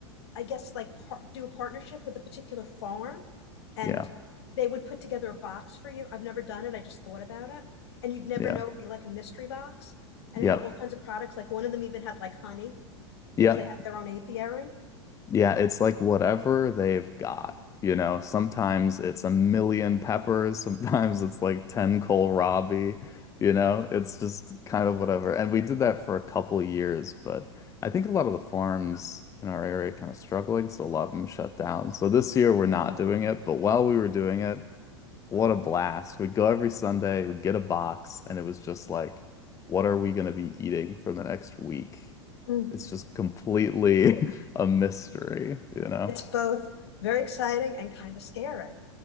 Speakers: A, on the left (about 60°); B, on the left (about 20°).
A: I guess like par do a partnership with a particular farm and
B: yeah,
A: they would put together a box for you. I've never done it. I just thought about it. And you'd never
B: yeah,
A: know it'd be like a mystery box and
B: yep,
A: it'd have all kinds of products. Like one of them even had like honey
B: yep.
A: because they had their own apiary.
B: Yeah, it's like whatever they've got. You know, sometimes it's a million peppers, <laughs> sometimes it's like 10 kohlrabi, you know, it's just kind of whatever. And we did that for a couple years, but I think a lot of the farms in our area are kind of struggling, so a lot of them shut down. So this year we're
A: Mm.
B: not doing it, but while we were doing it, what a blast. We'd go every Sunday, we'd get a box, and it was just like, what are we going to be eating for the next week?
A: Mm.
B: It's just completely <laughs> a mystery, you know?
A: It's both very exciting and kind of scary.